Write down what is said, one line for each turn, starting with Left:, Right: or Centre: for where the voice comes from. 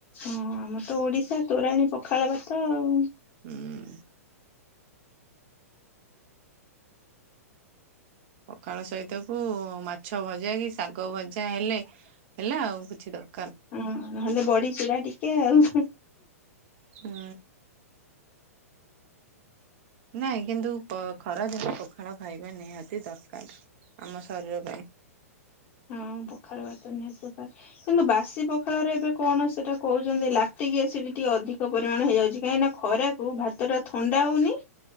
Left: ଅଁ ଆମର ତ ଓଡ଼ିଶା ତୋରାଣୀ ପଖାଳ ଭାତ ଆଉ।
Right: ହୁଁ। ପଖାଳ ସହିତକୁ ମାଛ ଭଜା କି ଶାଗ ଭଜା ହେଲେ ହେଲା ଆଉ କିଛି ଦର୍
Left: ଅଁ ନହେଲେ ବଡ଼ି ଚୁରା ଟିକେ ଆଉ।
Right: ହୁଁ। ନାଇଁ କିନ୍ତୁ ପ ଖରା ଦିନେ ପଖାଳ ଖାଇବା ନିହାତି ଦରକାର ଆମ ଶରୀର ପାଇଁ।
Left: ହଁ ପଖାଳ ଭାତ ନିହାତି ଦରକାର। କିନ୍ତୁ ବାସି ପଖାଳରେ ଏବେ କଣ ସେଟା କହୁଚନ୍ତି ଲାକ୍ଟିକ୍ ଏସିଡ଼୍ ଟିକେ ଅଧିକ ପରିମାଣ ହେଇଯାଉଚି କାହିଁକି ନା ଖରାକୁ ଭାତଟା ଥଣ୍ଡା ହଉନେଇ।